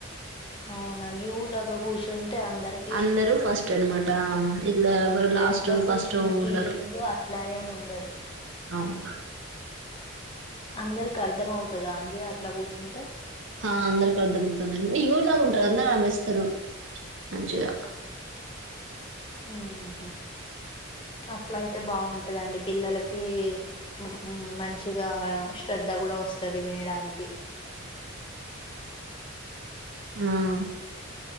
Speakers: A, on the left (about 25°); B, on the right (about 70°).
A: అవునా! యు లాగా కూర్చున్ టె అందరికి,
B: అందరూ ఫస్ట్ అనమాట ఇట్లా ఎవరు
A: వెనుక
B: లాస్ట్
A: కూర్చున్న
B: ఫస్ట్
A: ఫీలింగ్
B: ఉండరు
A: అట్ లయముండదు.
B: అవును.
A: అందరికి అర్ధం అవుతదా అండి అట్ల కూర్చుంటే?
B: హ అందరికీ అర్ధమవుతదండి. నె యు లాగుంటరు. అందరు కనిపిస్తరు. మంచిగా.
A: మ్ హు అట్లయితే బాగుంటదండి. పిల్లలకి, మం మంచిగ శ్రద్ధ కూడా వస్ చదివినడానికి.
B: మ్